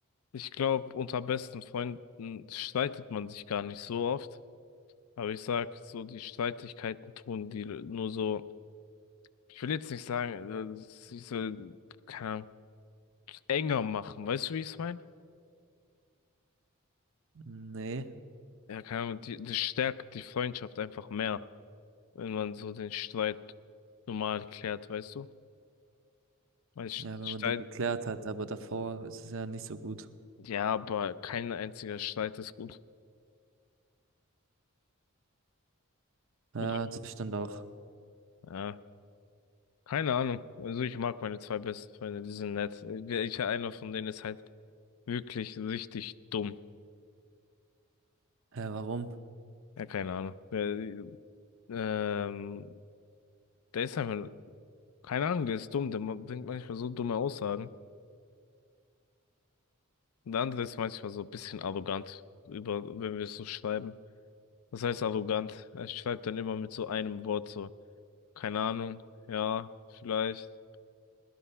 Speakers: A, on the left; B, on the right.
A: ich glaube, unter besten Freunden streitet man sich gar nicht so oft. Aber ich sag, so die Streitigkeiten tun die nur so, ich will jetzt nicht sagen, äh, sie so, keine Ahnung, enger machen, weißt du, wie ich es meine?
B: Nee,
A: Ja, keine Ahnung, die, das stärkt die Freundschaft einfach mehr, wenn man so den Streit normal klärt, weißt du? Weil Sch-
B: ja, wenn
A: Streit,
B: man den geklärt hat, aber davor ist es ja nicht so gut.
A: ja, aber kein einziger Streit ist gut.
B: Ja,
A: Oder?
B: das stand auch.
A: Ja, keine Ahnung. Also ich mag meine zwei besten Freunde, die sind nett. Äh, Ich, einer von denen ist halt wirklich richtig dumm.
B: Hä, warum?
A: Ja, keine Ahnung. Äh, Ähm, Der ist einfach, keine Ahnung, der ist dumm, der ma- bringt manchmal so dumme Aussagen. Und der andere ist manchmal so ein bisschen arrogant, über, wenn wir es so schreiben. Was heißt arrogant? Er schreibt dann immer mit so einem Wort so, keine Ahnung, ja, vielleicht.